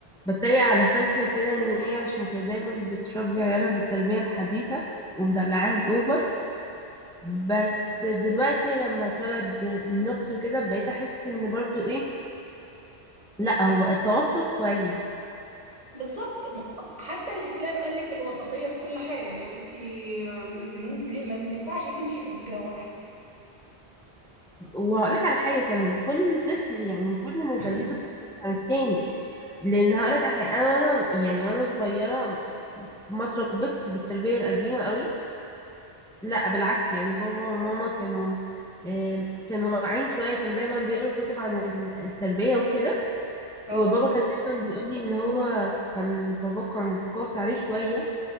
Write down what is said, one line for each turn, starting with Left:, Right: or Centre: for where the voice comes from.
Centre: بتريق على خالتي وكده ان هي عشان كانت دايما بتربي عيالها بالتربية الحديثة ومدلعاهم اوفر بس دلوقتي لما اتولد من اختي وكده بقيت احس ان برضو ايه لا هو التوسط كويس
Right: بالظبط ما- حتى الاسلام قال لك الوسطية في كل حاجة يعني انت ان انت ليه ما ما ينفعش تمشي في اتجاه واحد
Centre: وهقول لك على حاجه كمان كل طفل يعني المفروض ان
Right: <clears throat>
Centre: تربيته بتختلف عن التاني لان هقول لك على حاجه انا وانا يعني وانا صغيره ما اتربيتش بالتربيه القديمه قوي لا بالعكس يعني بابا وماما كانوا آم، كانوا واعيين شويه كانوا دايما بيقروا كتب عن ال- التربيه وكده
Right: اه
Centre: وبابا كان دايما بيقول لي ان هو كان بابا كان قاسي عليه شويه